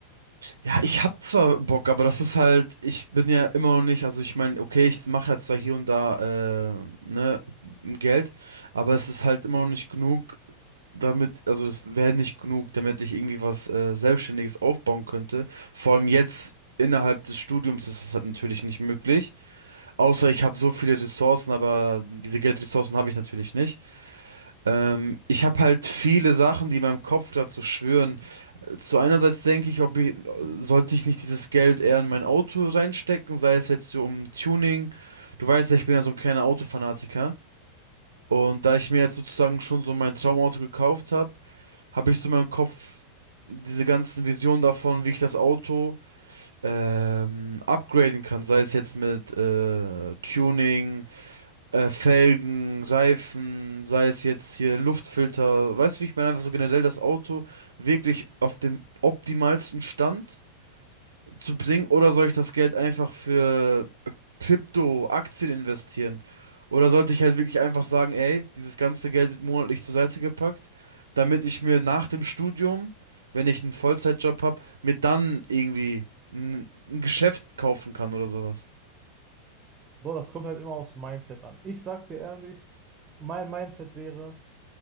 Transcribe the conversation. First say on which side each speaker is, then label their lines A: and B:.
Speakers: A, on the right; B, on the right.
A: Ja, ich hab zwar Bock, aber das ist halt, ich bin ja immer noch nicht, also ich meine, okay, ich mache ja zwar hier und da, äh, ne, Geld, aber es ist halt immer noch nicht genug, damit, also das wäre nicht genug, damit ich irgendwie was äh, Selbstständiges aufbauen könnte. Vor allem jetzt innerhalb des Studiums ist es halt natürlich nicht möglich. Außer ich habe so viele Ressourcen, aber diese Geldressourcen habe ich natürlich nicht. Ähm, ich habe halt viele Sachen, die in meinem Kopf gerade so schwirren. Zu einerseits denke ich, ob ich, sollte ich nicht dieses Geld eher in mein Auto reinstecken, sei es jetzt so um Tuning. Du weißt ja, ich bin ja so ein kleiner Autofanatiker. Und da ich mir jetzt sozusagen schon so mein Traumauto gekauft habe, habe ich so in meinem Kopf diese ganzen Visionen davon, wie ich das Auto ähm, upgraden kann. Sei es jetzt mit äh, Tuning, äh, Felgen, Reifen, sei es jetzt hier Luftfilter. Weißt du, wie ich meine? Einfach so generell das Auto wirklich auf dem optimalsten Stand zu bringen oder soll ich das Geld einfach für Krypto, Aktien investieren? Oder sollte ich halt wirklich einfach sagen, ey, dieses ganze Geld wird monatlich zur Seite gepackt, damit ich mir nach dem Studium, wenn ich einen Vollzeitjob habe, mir dann irgendwie ein, ein Geschäft kaufen kann oder sowas.
B: Boah, das kommt halt immer aufs Mindset an. Ich sag dir ehrlich, mein Mindset wäre,